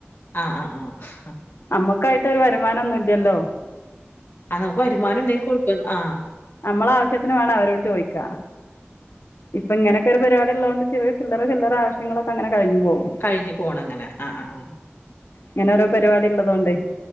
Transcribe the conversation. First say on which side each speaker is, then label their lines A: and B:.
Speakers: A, on the left; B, on the left.
A: ആഹ് ആഹ് ആഹ്
B: നമ്മുക്കായിട്ടൊരു വ വരുമാനൊന്നും ഇല്ല്യല്ലോ.
A: ആഹ് നമുക്ക് വരുമാനം ഉണ്ടെങ്കിൽ കുഴപ്പം ആഹ്
B: നമ്മളെ ആവശ്യത്തിന് വേണം അവരോട് ചോയ്ക്കാ. ഇപ്പൊ ഇങ്ങനെയൊക്കെ ഒരു പരിപാടി ഇല്ലോണ്ട് കൊണ്ട് ചെറിയ ചില്ലറ ചില്ലറ ആവശ്യങ്ങളൊക്കെ അങ്ങനെ കഴിഞ്ഞു പോവും
A: കഴിഞ്ഞ് പോണം അങ്ങനെ ആഹ് ആഹ് ആഹ്.
B: ങ്ങനോരോ പരിപാടിള്ളതോണ്ടേ